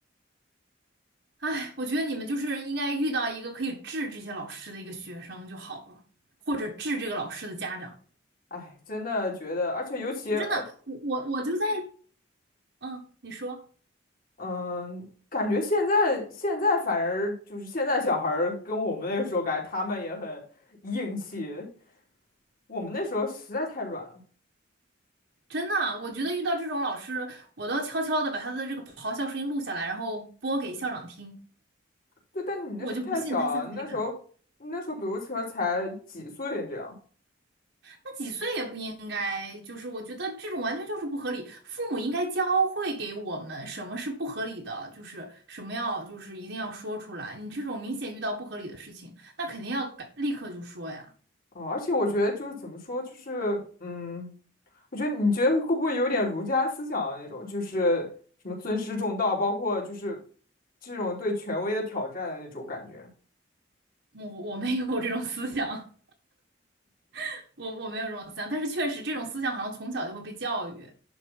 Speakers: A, on the right (about 70°); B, on the left (about 50°).
A: 哎，我觉得你们就是应该遇到一个可以治这些老师的一个学生就好了，或者治这个老师的家长。
B: 哎，真的觉得，而且尤其呃，
A: 就真的，我我我就在，嗯，你说，
B: 嗯，感觉现在现在反而就是现在小孩儿跟我们那个时候感觉他们也很硬气，我们那时候实在太软了。
A: 真的啊，我觉得遇到这种老师，我都要悄悄的把他的这个咆哮声音录下来，然后播给校长听。
B: 对，但你那时候太小了，
A: 我就不信他下次还敢。
B: 你那时候你那时候比如说才几岁这样。
A: 那几岁也不应该，就是我觉得这种完全就是不合理。父母应该教会给我们什么是不合理的，就是什么要就是一定要说出来。你这种明显遇到不合理的事情，那肯定要改，立刻就说呀。
B: 哦，而且我觉得就是怎么说，就是嗯，我觉得你觉得会不会有点儒家思想的那种，就是什么尊师重道，包括就是这种对权威的挑战的那种感觉。
A: 我我没有这种思想，<laughs> 我我没有这种思想，但是确实这种思想好像从小就会被教育。